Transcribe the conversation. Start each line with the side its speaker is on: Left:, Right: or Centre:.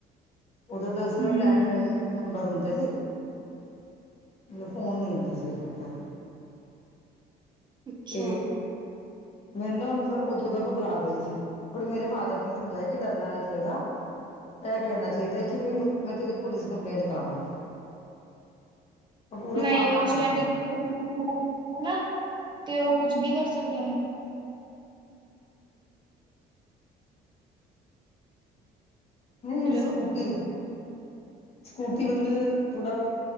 Left: ਉਹਦੋਂ ਤਾਂ ਸਿਰਫ
Right: ਹੂੰ
Left: ਲੈਣ- ਲਾਈਨ ਨੰਬਰ ਹੁੰਦਾ ਸੀ ਮਤਲਬ ਫੋਨ ਨਹੀਂ ਹੁੰਂਦਾ ਸੀ ਉਦੋਂ ਜ਼ਿਆਦਾ।
Right: ਅੱਛਾ
Left: ਤੇ ਮੈਨ ਨਾ ਮਤਲਬ ਉਦੋਂ ਤੋਂ ਘਬਰਾ ਗਈ ਸੀ ਬਟ ਮੇਰੇ ਫਾਦਰ ਨੇ ਸਮਝਾਇਆ ਕਿ ਡਰਨਾ ਨਹੀਂ ਚਾਹੀਦਾ। ਇਹ ਕਹਿਣਾ ਚਾਹੀਦਾ ਕਿ ਵੀ ਕੀ ਮੈਂ ਤੇਰੀ ਪੁਲਿਸ ਕੰਪਲੇਂਟ ਕਰਾਵਾਂਗੀ। ਤਾਂ ਪੂਰਾ
Right: ਨਹੀਂ
Left: ਸਾਹਮਣਾ
Right: ਉਸ
Left: ਕਰਨਾ
Right: ਟਾਈਮ
Left: ਚਾਹੀਦਾ
Right: ਤੇ <unintelligible> ਹਨਾ ਤੇ ਉਹ ਕੁਛ ਵੀ ਕਰ ਸਕਦੇ ਨੇ।
Left: ਨਹੀਂ ਏ
Right: ਹੈਲੋ
Left: ਸਕੂਟੀ, ਸਕੂਟੀ ਮਤਲਬ ਥੋੜਾ